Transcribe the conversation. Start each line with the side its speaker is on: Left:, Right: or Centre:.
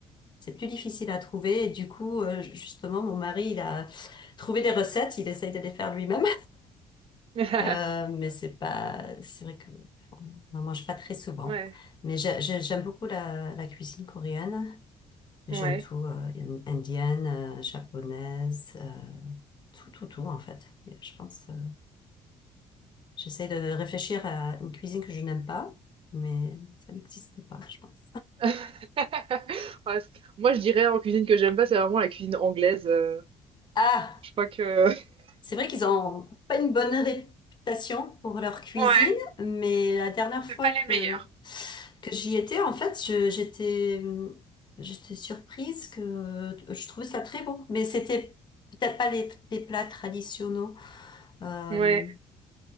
Left: C'est plus difficile à trouver et du coup, euh, justement, mon mari, il a trouvé des recettes, il essaye de les faire lui-même,
Right: <laughs>
Left: Euh, mais c'est pas, c'est vrai que bon, on n'en mange pas très souvent.
Right: Ouais.
Left: Mais j'ai- j'ai- j'aime beaucoup la, la cuisine coréenne. Mais
Right: Ouais.
Left: j'aime tout, euh, indienne, euh, japonaise, euh, tout, tout, tout en fait. Et je pense, euh, j'essaie de réfléchir à une cuisine que je n'aime pas, mais ça n'existe pas, je pense.
Right: <laughs> Ouais, c moi, je dirais en cuisine que j'aime pas, c'est vraiment la cuisine anglaise, heu,
Left: Ah,
Right: je crois que <laughs>
Left: c'est vrai qu'ils ont pas une bonne réputation pour leur cuisine,
Right: ouais,
Left: mais la dernière fois
Right: c'est pas
Left: que
Right: les meilleurs.
Left: que j'y étais, en fait, je- j'étais j'étais surprise que je trouvais ça très bon, mais c'était peut-être pas les, les plats traditionnels. Euh,
Right: Ouais, parce